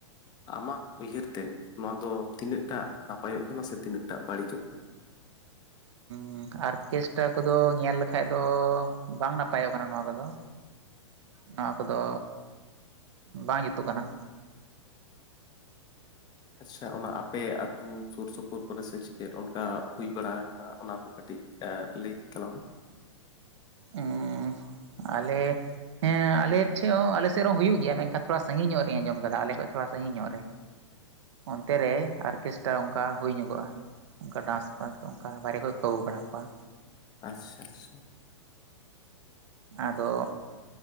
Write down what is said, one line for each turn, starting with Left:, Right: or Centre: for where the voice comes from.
Left: ᱟᱢᱟᱜ ᱩᱭᱦᱟᱹᱨ ᱛᱮ ᱱᱚᱣᱟ ᱫᱚ ᱛᱤᱱᱟᱹᱜ ᱴᱟ ᱱᱟᱯᱟᱭᱚᱜ ᱠᱟᱱᱟ ᱥᱮ ᱛᱤᱱᱟᱹᱜ ᱴᱟ ᱵᱟᱹᱲᱤᱡᱚᱜ ᱠᱟᱱᱟ?
Right: ᱩᱸ ᱟᱨᱠᱮᱥᱴᱟ ᱠᱚᱫᱚ ᱧᱮᱞ ᱞᱮᱠᱷᱟᱡ ᱫᱚ ᱵᱟᱝ ᱱᱟᱯᱟᱭᱚᱜ ᱠᱟᱱᱟ ᱱᱚᱣᱟ ᱠᱚᱫᱚ᱾ ᱱᱚᱣᱟ ᱠᱚᱫᱚ ᱵᱟᱝ ᱡᱩᱛᱩᱜ ᱠᱟᱱᱟ᱾
Left: ᱟᱪᱪᱷᱟ ᱚᱱᱟ ᱟᱯᱮ ᱟᱛᱩ ᱥᱳᱨ ᱥᱳᱯᱳᱨ ᱠᱚᱨᱮ ᱥᱮ ᱪᱮᱫ ᱚᱱᱠᱟ ᱦᱩᱭ ᱵᱟᱲᱟ ᱠᱟᱱᱟ ᱚᱱᱟ ᱠᱚ ᱠᱟᱹᱴᱤᱡ ᱮ ᱞᱟᱹᱭ ᱛᱟᱞᱟᱝ ᱢᱮ᱾ <inaudible>
Right: ᱩᱸ ᱟᱞᱮ ᱦᱮᱸ ᱟᱞᱮ ᱴᱷᱮᱡ ᱦᱚᱸ ᱟᱞᱮᱥᱮᱜ ᱨᱮ ᱦᱩᱭᱩᱜ ᱜᱮᱭᱟ ᱢᱮᱱᱠᱷᱟᱱ ᱛᱷᱚᱲᱟ ᱥᱟᱺᱜᱤᱧ ᱧᱚᱜ ᱨᱮᱧ ᱟᱸᱡᱚᱢ ᱠᱟᱫᱟ ᱟᱞᱮ ᱠᱷᱚᱡ ᱛᱷᱚᱲᱟ ᱥᱟᱺᱤᱧ ᱧᱚᱜ ᱨᱮ᱾
Left: <inaudible>
Right: ᱚᱱᱛᱮ ᱨᱮ ᱟᱨᱠᱮᱥᱴᱟ ᱚᱝᱠᱟ ᱦᱳᱭ ᱧᱚᱜᱚᱜᱼᱟ᱾ ᱚᱝᱠᱟ ᱰᱟᱸᱥ ᱯᱟᱥ ᱫᱚ ᱚᱝᱠᱟ ᱵᱟᱦᱨᱮ ᱠᱷᱚᱡ ᱠᱚ ᱟᱹᱜᱩ ᱵᱟᱲᱟ ᱠᱚᱣᱟ᱾
Left: ᱟᱥᱥᱟ ᱟᱥᱥᱟ᱾
Right: ᱟᱫᱚ,